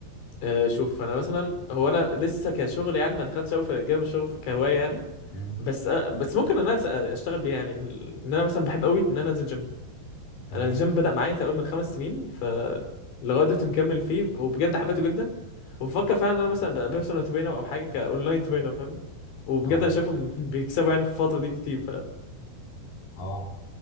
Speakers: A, on the left; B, on the left.
A: آه، شوف انا مثلا هو انا لسه كشغل يعني ما دخلتش قوي في جانب الشغل في- كهوايه يعني
B: مم.
A: بس آه، بس ممكن ان انا أس- آه، اشتغل بيه يعني ال- ان انا مثلا بحب قوي ان انا انزل جيم
B: تمام
A: انا الجيم بدأ معايا تقريبا من خمس سنين ف لغايه دلوقتي مكمل فيه وبجد حبيته جدا وبفكر فعلا ان انا مثلا ابقى بيرسونال ترينر او حاجه كاونلاين ترينر فاهمني وبجد
B: اه
A: انا شايفهم <laughs> بيكسبوا يعني في الفتره دي كتير
B: اه